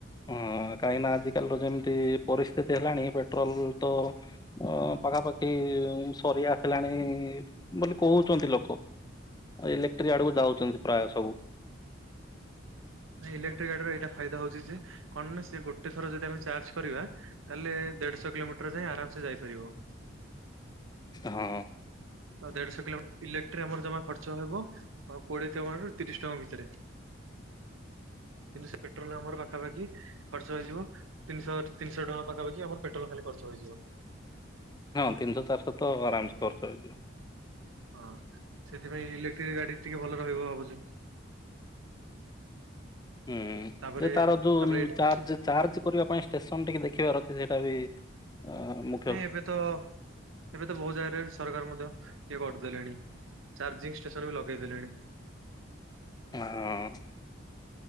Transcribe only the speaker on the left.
ହଁ କାହିଁକି ନାଁ ଆଜିକାଲିର ଯେମିତି ପରିସ୍ଥିତି ହେଲାଣି ପେଟ୍ରୋଲ ତ ଅ ପାଖାପାଖି ସରି ଆସିଲାଣି ବୋଲି କହୁଛନ୍ତି ଲୋକ। ଅ ଇଲେକ୍ଟ୍ରିକ୍ ଆଡକୁ ଯାଉଛନ୍ତି ପ୍ରାୟ ସବୁ।
ହଁ।
ହଁ ତିନିଶ ଚାରିଶ ତ ଆରାମ ସେ ଖର୍ଚ୍ଚ ହେଇଯିବ।
ହୁଁ
ଯେ ତାର ଦୁ
ଚାର୍ଜ ଚାର୍ଜ କରିବା ପାଇଁ ଟେସନ ଟିକେ ଦେଖିବାର ଅଛି ସେଇଟା ବି ଉଁ ମୁ
ହଁ।